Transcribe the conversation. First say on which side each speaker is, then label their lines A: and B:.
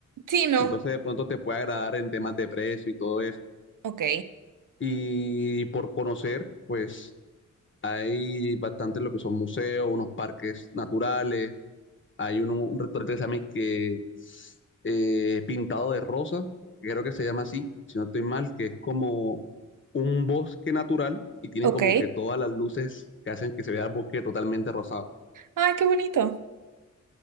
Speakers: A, on the right; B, on the left.
A: sí, no.
B: Entonces, de pronto te puede agradar en temas de precio y todo eso.
A: Ok,
B: Y por conocer, pues hay bastante lo que son museos, unos parques naturales hay uno, un restaurante que se llama y que, eh, Pintado de Rosa, que creo que se llama así, si no estoy mal, que es como un bosque natural y tienen
A: ok.
B: como que todas las luces que hacen que se vea el bosque totalmente rosado.
A: Ay, qué bonito.